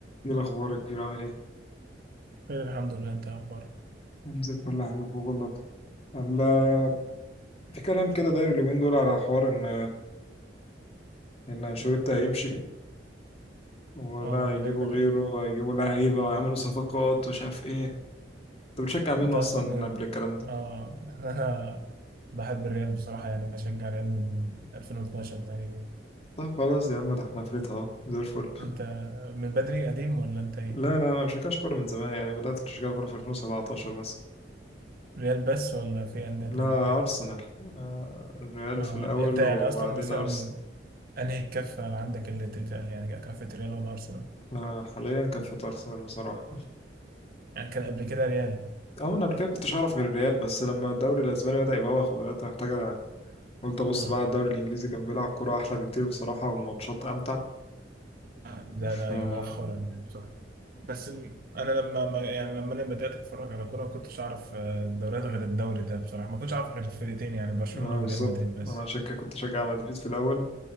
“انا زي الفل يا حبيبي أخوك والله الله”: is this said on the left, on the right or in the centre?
Left